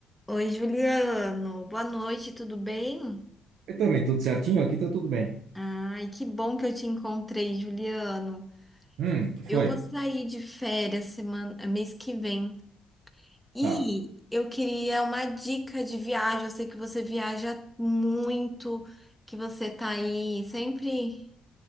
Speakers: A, in the centre; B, on the right (about 85°).
A: Oi, Juliano. Boa noite, tudo bem?
B: Eu também, tudo certinho? Aqui tá tudo bem.
A: Ai, que bom que eu te encontrei, Juliano.
B: Hum, que foi?
A: Eu vou sair de férias semana, mês que vem. E
B: Tá.
A: eu queria uma dica de viagem. Eu sei que você viaja muito, que você tá aí sempre